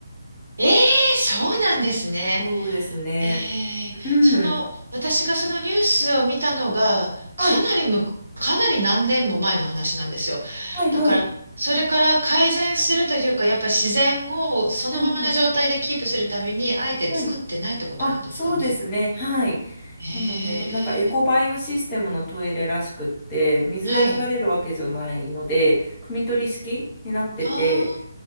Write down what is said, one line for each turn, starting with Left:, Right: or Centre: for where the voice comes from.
Right: ええーそうなんですね。
Left: そうですね。
Right: ええーその、
Left: うん。
Right: 私がそのニュースを見たのが、かなりむ、
Left: はい、
Right: かなり何年も前の話なんですよ。
Left: はい、
Right: だから、
Left: はい。
Right: それから改善するというか、やっぱ自然をそのままの状態でキープするために、
Left: うん、うん。
Right: あえて作ってないってことなんですかね。
Left: はい。あ、そうですね。はい。
Right: ええー
Left: なので、なんかエコバイオシステムのトイレらしくって、水で流れるわけじゃないので、
Right: はい。
Left: 汲み取り式になってて、
Right: ああ、